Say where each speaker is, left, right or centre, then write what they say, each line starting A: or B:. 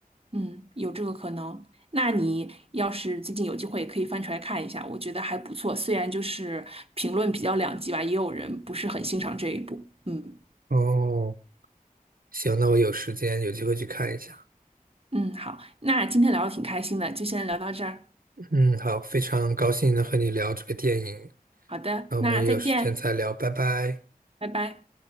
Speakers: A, on the right; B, on the right.
A: 嗯，有这个可能。那你要是最近有机会，也可以翻出来看一下，我觉得还不错。虽然就是评论比较两极吧，也有人不是很欣赏这一部。嗯
B: 哦，行，那我有时间有机会去看一下。
A: 嗯，好，那今天聊的挺开心的，就先聊到这儿。
B: 嗯，好，非常高兴能和你聊这个电影，
A: 好的，
B: 那我们有时间再聊，
A: 那再见，
B: 拜拜。
A: 拜拜。